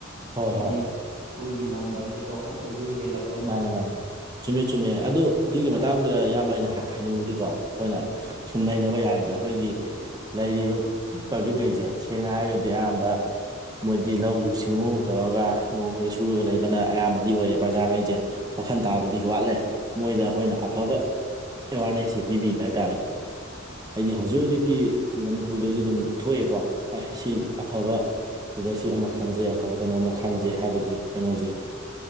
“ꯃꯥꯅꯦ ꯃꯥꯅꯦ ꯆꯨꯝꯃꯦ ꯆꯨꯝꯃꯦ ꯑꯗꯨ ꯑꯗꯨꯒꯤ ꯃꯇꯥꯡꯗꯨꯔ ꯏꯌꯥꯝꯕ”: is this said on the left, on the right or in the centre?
Right